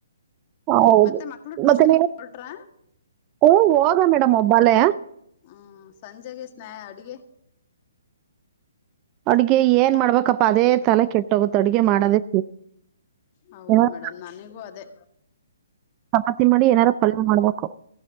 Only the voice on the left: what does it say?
ಮತ್ತೆ ಮಕ್ಳು ಟ್ಯೂಷನ್ಗ್
ಹೊರಟ್ರ
ಹ್ಮ್ ಸಂಜೆಗೆ ಸ್ನ ಅಡಿಗೆ
ಹೌದು
ಮೇಡಮ್ ನನಿಗೂ ಅದೇ